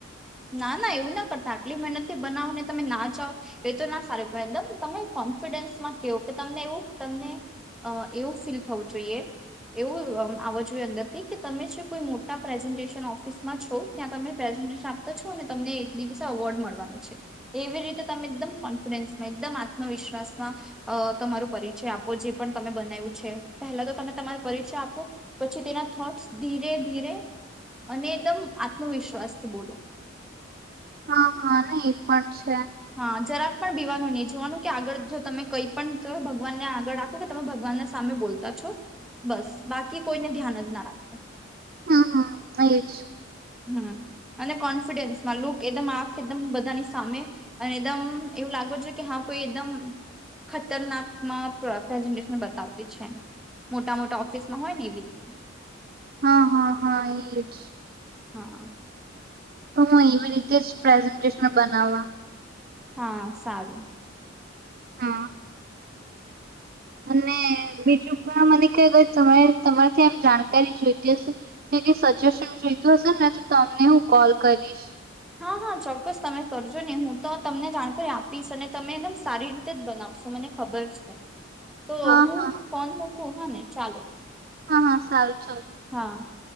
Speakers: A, in the centre; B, on the right.
A: ના ના એવું ના કરતા આટલી મહેનતથી બનાવો ને તમે ના જાવ એ તો ના સારું કેવાય એકદમ તમે કોન્ફિડન્સમાં કેવું કે તમને એવું તમને એવું ફીલ થવું જોઈએ. એવું આવ જોઈએ અંદર થી કે તમે જે કોઈ મોટા પ્રેઝન્ટેશન ઓફિસમાં છો ત્યાં તમે પ્રેઝન્ટેશન આપ છો ને તમને એક દિવસે અવોર્ડ મળવાનો છે. એવી રીતે તમે એકદમ કોન્ફિડન્સમાં એકદમ આત્મવિશ વિશ્વાસમાં તમારું પરિચય આપો જે પણ તમે બનાવ્યું છે પહેલા તો તમે તમારો પરિચય આપો પછી તેના થોટસ ધીરે ધીરે અને એકદમ આત્મવિશ્વાસથી બોલો.
B: હા હા ન એ પણ છે.
A: હા જરા. પણ બીવાનું નહીં જોવાનું કે આગળ જો તમે કઈ પણ ભગવાનને આગળ રાખો કે તમે ભગવાન સામે બોલતા છો. બસ બાકી કોઈને ધ્યાન જ ના રાખવું.
B: હમ હા એજ.
A: હમ્મ. અને કોન્ફિડન્સમાં લુક એકદમ આંખ એકદમ બધાની સામે અને એકદમ એવું લાગો જો કે હા એકદમ ખતરનાકમાં પ્રેઝન્ટેશન બતાવતી છે એમ. મોટા મોટા ઓફિસ માં હોય ને એવી રીતે.
B: હા હા હા એ જ.
A: હાં.
B: તો હું એવી રીતે જ પ્રેઝન્ટેશન બનાવવા.
A: હા સારું.
B: હા અને બીજું પણ મને ક તમારાથી એમ જાણકારી જોઈતી હશે. સજેશન જોઈત હશે ને તો તમને હું કોલ કરીશ.
A: હા હા ચોક્કસ તમે કરજો નને હું તો તમને જાણકારી આપીશ અને તમે એકદમ સારી રીતે જ બનાવશો. મને ખબર છે તો
B: હા
A: હું
B: હા
A: ફોન મૂકું હા ને ચાલો.
B: હા હા સારું સારું.
A: હાં.